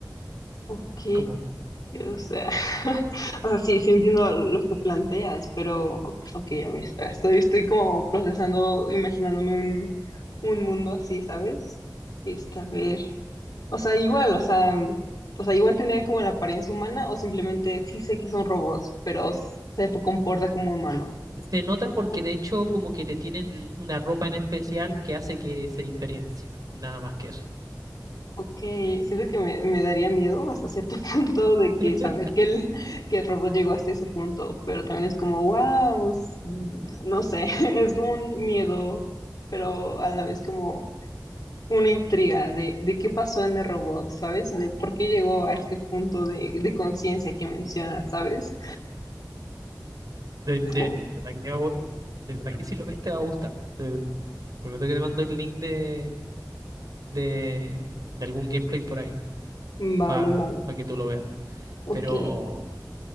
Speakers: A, on the left; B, on the right.
A: ok,
B: Como
A: o sea, <laughs> o sea, sí, sí entiendo lo que planteas, pero, ok, a ver, espera, estoy, estoy como procesando, imaginándome un, un mundo así, ¿sabes? Este, a ver, o sea, igual, o sea, o sea, igual tendrían como la apariencia humana o simplemente sí sé que son robots, pero se comporta como humano.
B: se nota porque de hecho como que le tienen una ropa en especial que hace que se diferencie. Nada más que eso.
A: Ok, siento que me, me daría miedo hasta cierto <laughs> punto de
B: <laughs>
A: que saber que el, que el robot llegó hasta ese punto, pero también es como, wow, no sé, <laughs> es como un miedo, pero a la vez como una intriga de, de qué pasó en el robot, ¿sabes? De por qué llegó a este punto de, de conciencia que mencionas, ¿sabes?
B: De, de,
A: Es como,
B: de verdad que, te va a gu- de verdad que si lo ves te va a gustar. Te- prometo que te mando el link de, de, de algún gameplay por ahí
A: vale,
B: para
A: vale,
B: que tú lo veas.
A: ok,
B: Pero,